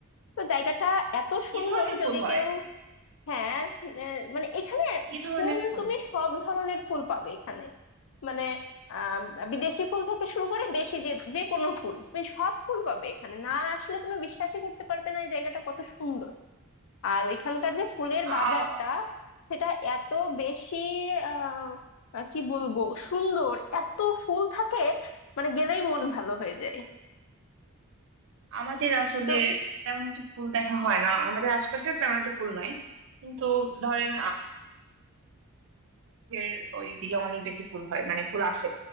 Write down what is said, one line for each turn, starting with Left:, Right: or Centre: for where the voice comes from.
Left: তো জায়গাটা এত
Right: কি
Left: সুন্দর
Right: ধরনের
Left: যদি
Right: ফুল হয়
Left: কেউ হ্যাঁ আহ, মানে এখানে
Right: কি ধরনের
Left: ফুল
Right: ফুল
Left: তুমি
Right: হয়?
Left: সব ধরনের ফুল পাবে এখানে মানে আহ বিদেশি ফুল থেকে শুরু করে দেশি যে যে কোনো ফুল তুমি সব ফুল পাবে এখানে না আসলে তুমি বিশ্বাসই করতে পারবে না এই জায়গাটা কত সুন্দর আর ওইখানকার যে ফুলের
Right: আচ্ছা
Left: বাজারটা সেটা এত বেশি আহ আহ, কি বলবো সুন্দর এত ফুল থাকে মানে গেলেই মন ভালো হয়ে যায়
Right: আমাদের আসলে
Left: তো
Right: তেমন একটা ফুল দেখা হয় না আমাদের আশপাশে তেমন একটা ফুল নাই কিন্তু ধরেন আমাদের ওইদিকে অনেক বেশি ফুল হয় মানে ফুল আসে